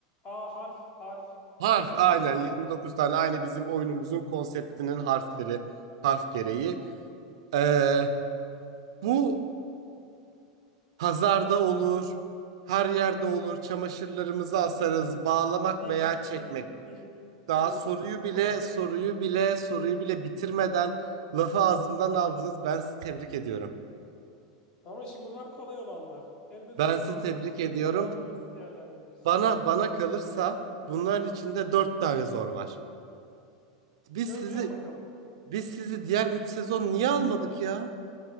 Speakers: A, on the left (about 30°); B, on the right (about 75°).
A: A harf, harf,
B: Harf
A: harf.
B: aynen 29 tane aynı bizim oyunumuzun konseptinin harfleri, harf gereği. Ee, bu Pazarda olur, her yerde olur. Çamaşırlarımızı asarız, bağlamak
A: İp,
B: veya çekmek.
A: ip, ip,
B: Daha
A: ip.
B: soruyu
A: Çok
B: bile,
A: kolay.
B: soruyu bile, soruyu bile bitirmeden lafı ağzımdan aldınız. Ben sizi tebrik ediyorum.
A: Ama şimdi bunlar kolay olanlar. Elbet
B: Ben
A: zor olanlar
B: sizi tebrik
A: gelir
B: ediyorum.
A: zamanımı hızlı değerlendirmek istiyorum.
B: Bana bana kalırsa bunların içinde dört tane zor var. Biz
A: Göreceğim
B: sizi
A: bakalım.
B: biz sizi diğer üç sezon niye almadık ya?